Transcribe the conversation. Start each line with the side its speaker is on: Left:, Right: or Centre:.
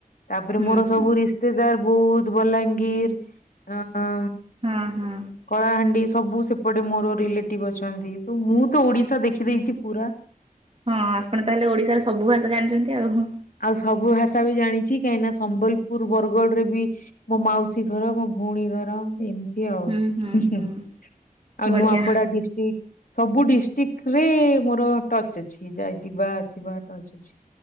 Left: ତାପରେ
Right: ହୁଁ
Left: ମୋର ସବୁ
Right: ହୁଁ
Left: ରିସ୍ତେତେଦାର ବୌଦ୍ଧ ବଲାଙ୍ଗୀର ଅଁ।
Right: ହଁ ହଁ।
Left: କଳାହାଣ୍ଡି ସବୁ ସେପଟେ ମୋର ରିଲେଟିଭ ଅଛନ୍ତି ତ ମୁଁ ତ ଓଡିଶା ଦେଖିଦେଇଛି ପୁରା।
Right: ହଁ ଆପଣ ତାହେଲେ ଓଡିଶାର ସବୁ ଭାଷା ଜାଣିଛନ୍ତି ଆଉ।
Left: ଆଉ ସବୁ ଭାଷା ବି ଜାଣି ଛି କାହିଁ ନା ସମ୍ବଲପୁର ବରଗଡ ରେ ବି ମୋ ମାଉସୀ ଘର ମୋ ଭଉଣୀ ଘର ଏମ ତି ଆଉ
Right: ହୁଁ ହୁଁ ହୁଁ
Left: ଆଉ
Right: ବଢିଆ
Left: ନୂଆପଡା ଡିଷ୍ଟ୍ରିକ୍ଟ। ସବୁ ଡିଷ୍ଟ୍ରିକଟ ରେ ମୋର ଟଚ୍ ଅଛି ଯାଇ ଯିବା ଆସିବା ଟଚ୍ ଅଛି।